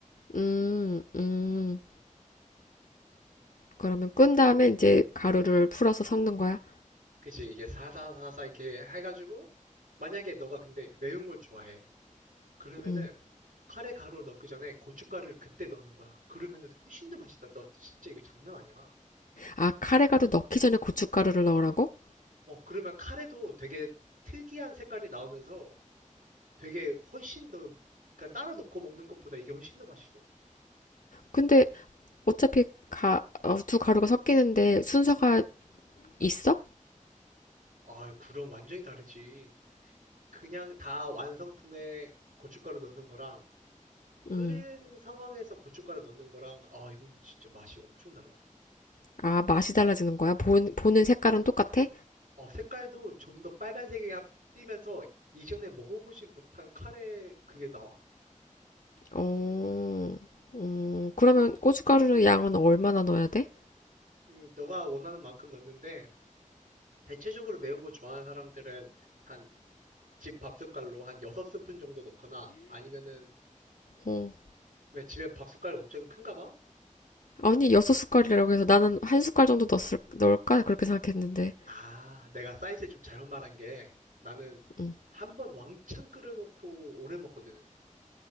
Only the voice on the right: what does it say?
그치? 이게 사사사사 이렇게 해가지고, 만약에 너가 근데 매운 걸 좋아해. 그러면은
카레 가루를 넣기 전에 고춧가루를 그때 넣는 거야. 그러면은 훨씬 더 맛있다. 너 진짜 이거 장난 아니야.
어, 그러면 카레도 되게 특이한 색깔이 나오면서 되게 훨씬 더, 그러니까 따로 넣고 먹는 것보다 이게 훨씬 더 맛있어.
아, 그럼 완전히 다르지. 그냥 다 완성품에 고춧가루 넣는 거랑 끓이는
상황에서 고춧가루 넣는 거랑 아, 이거는 진짜 맛이 엄청 달라.
어, 색깔도 좀 더 빨간색이 하- 띄면서 이전에 먹어보지 못한 카레 그게 나와.
음, 너가 원하는 만큼 넣는데 대체적으로 매운 거 좋아하는 사람들은 한 집 밥숟갈로 한 6스푼 정도 넣거나 아니면은
왜 집에 밥숟갈 엄청 큰가 봐?
아, 내가 사이즈 좀 잘못 말한 게 나는
한 번 왕창 끓여놓고 오래 먹거든.